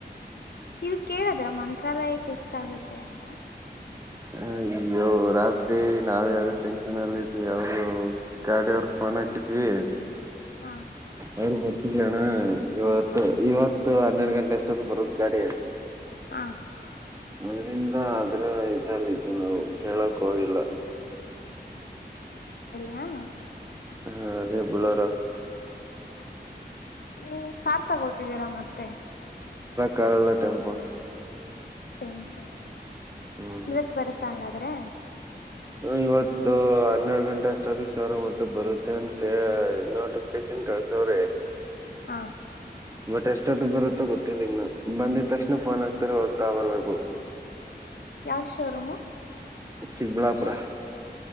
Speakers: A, on the left; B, on the right.
A: ಇದು ಕೇಳಿದ್ರೆ ಮಂತ್ರಾಲಯಕ್ಕೆ ಎಷ್ಟಾಗುತ್ತೆ ಅಂತ
B: ಹ ಅಯ್ಯೋ ರಾತ್ರಿ ನಾವ ಯಾವ್ದ ಟೆನ್ಷನ್ ಅಲ್ಲ ಇದ್ವಿ ಅವರು ಗಾಡಿಯ ಅವ್ರ ಫೋನ್ ಹಾಕಿದ್ವಿ
A: ಹಾ
B: ಅವ್ರು ಬರ್ತಿದ್ದ ಜಣ ಇವತ್ತು ಇವತ್ತು ಹನ್ನೆರಡು ಗಂಟೆ ಅಷ್ಟೊತ್ತು ಬರುದ ಗಾಡಿ
A: ಹಾ
B: ಅದ್ರಂದ ಅದ್ರ ಇದಲ್ಲಿ ಇದು ನಾವು ಕೇಳಕ್ ಹೋೋಗಿಲ್ಲ
A: ಹಾ
B: ಹ್ಮ ಅದೇ ಬಳ್ಳಾರ
A: ಈ ಕಾರ್ ತಗೋತಿದ್ದೀರಾ ಮತ್ತೆ ಂತೆ
B: ಕರಳ ಟೆಂಪೋ
A: ಟೆಂಪಲ್
B: ಹ್ಮ್
A: ಇವತ್ ಬರುತ್ತಾ ಹಂಗಾದ್ರೆ
B: ಆ, ಇವತ್ತು ಹನ್ನೆರಡು ಗಂಟೆ ಅಷ್ಟ ಅದಕ್ ಸಾವರ ಮಾತ್ರ ಬರುತ್ತೆ ಅಂತ ನೋಟಿಫಿಕೇಶನ್ ಕಳ್ಸವ್ರಿ
A: ಹಾ
B: ಬಟ್ ಎಷ್ಟತ್ತು ಬರುತ್ತೋ ಗೊತ್ತಿಲ್ಲ ಇನ್ನ ಬಂದಿದ ತಕ್ಷಣ ಫೋನ್ ಹಾಕ್ತಾರ ಹೋಗ್ತಾ ಬರ್ಬೇಕು
A: ಯಾವ ಶೋರೂಮ
B: ಚಿಕ್ಕಬಳಾಪಡಾ